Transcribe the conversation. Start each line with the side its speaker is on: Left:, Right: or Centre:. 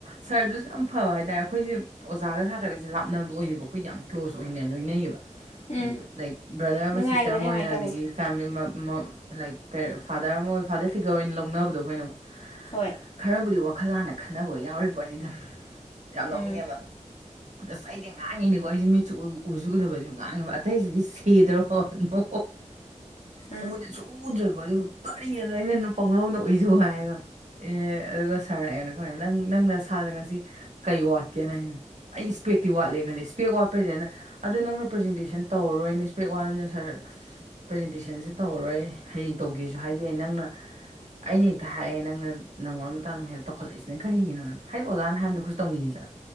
Right: ꯁꯔꯗꯨꯁꯨ ꯌꯥꯝ ꯐꯕ ꯍꯥꯏꯇꯥꯔꯦ ꯑꯩꯈꯣꯏꯁꯦ ꯑꯣꯖꯥꯒ ꯁꯥꯇ꯭ꯔꯒꯁꯦ ꯂꯥꯞꯅꯕ ꯑꯣꯏꯔꯤꯕ ꯑꯩꯈꯣꯏꯗꯤ ꯌꯥꯝ ꯀ꯭ꯂꯣꯖ ꯑꯣꯏꯅ ꯂꯣꯏꯅꯩꯌꯦꯕ
Left: ꯎꯝ
Right: ꯂꯥꯏꯛ ꯕ꯭ꯔꯗꯔ ꯑꯃ
Left: ꯅꯨꯡꯉꯥꯏꯕꯅꯦ
Right: ꯁꯤꯁꯇꯔ ꯑꯃ
Left: ꯑꯗꯨꯃꯥꯏꯅ
Right: ꯑꯣꯏꯅ
Left: ꯇꯧꯕꯗꯣ
Right: ꯑꯗꯒꯤ ꯐꯦꯃꯤꯂꯤ ꯂꯥꯏꯛꯦ ꯐꯥꯗꯔ ꯑꯃ ꯑꯣꯏ ꯐꯥꯗꯔ ꯐꯤꯒꯔ ꯑꯣꯏꯅ ꯂꯧꯅꯕꯗꯣ ꯑꯩꯈꯣꯏꯅ ꯑꯃꯨꯛ
Left: ꯍꯣꯏ
Right: ꯈꯔꯕꯨꯗꯤ ꯋꯥꯈꯜ ꯂꯥꯟꯅ ꯈꯟꯅꯕ ꯌꯥꯎꯔꯤ ꯄꯣꯠꯅꯤꯗ ꯌꯥꯝ
Left: ꯎꯝ
Right: ꯂꯧꯅꯤꯡꯉꯦꯕ ꯑꯗꯁ ꯑꯩꯗꯤ ꯉꯥꯡꯉꯤꯅꯦꯀꯣ ꯑꯩꯁꯦ ꯃꯤꯠꯆꯨ ꯎꯁꯨ ꯎꯗꯕꯁꯨ ꯉꯥꯡꯉꯦꯕ ꯑꯇꯩꯁꯤꯗꯤ ꯁꯦꯗ꯭ꯔꯣ ꯅꯣ
Left: ꯎꯝ
Right: ꯎꯗꯤ ꯆꯨꯗ꯭ꯔꯦꯀꯣ ꯑꯗꯨꯒ ꯀꯔꯤꯔꯅꯣ ꯑꯩꯅ ꯅ ꯄꯍꯧꯗ ꯑꯣꯏꯊꯣꯛ ꯍꯥꯏꯔꯒ ꯑꯦ ꯑꯗꯨꯒ ꯁꯥꯔꯑꯩꯅ ꯈꯔꯦ ꯅꯪ ꯅꯪꯅ ꯁꯥꯗ ꯉꯁꯤ ꯀꯩ ꯋꯥꯠꯀꯦꯅ ꯍꯥꯏꯅꯦ ꯑꯩ ꯏꯁꯄꯦꯛꯇꯤ ꯋꯥꯠꯂꯦ ꯈꯜꯂꯦ ꯏꯁꯄꯦꯛ ꯋꯥꯠꯄꯩꯗꯅ ꯑꯗꯣ ꯅꯪꯅ ꯄ꯭ꯔꯖꯦꯟꯇꯦꯁꯟ ꯇꯧꯔꯔꯣꯏꯅꯦ ꯏꯁꯄꯦꯛ ꯋꯥꯃꯤꯅ ꯁꯥꯔ ꯄ꯭ꯔꯖꯦꯟꯇꯦꯁꯟꯁꯦ ꯇꯧꯔꯔꯣꯏ ꯍꯌꯦꯡ ꯇꯧꯒꯦꯁꯨ ꯍꯥꯏꯕ ꯌꯥꯏ ꯅꯪꯅ ꯑꯩꯅ ꯍꯦꯛꯇ ꯍꯥꯏꯌꯦꯦ ꯅꯪꯅ ꯅꯪꯉꯣꯟꯕ ꯃꯇꯥꯡꯗꯣ ꯍꯦꯛꯇ ꯇꯧꯈꯠꯂꯛꯏꯁꯤꯅ ꯀꯔꯤꯒꯤꯅꯣ ꯍꯥꯏꯗꯤ ꯑꯣꯖꯥꯅ ꯍꯥꯏꯕꯗꯣꯈꯣꯏ ꯇꯧꯅꯤꯡꯉꯤꯗꯅ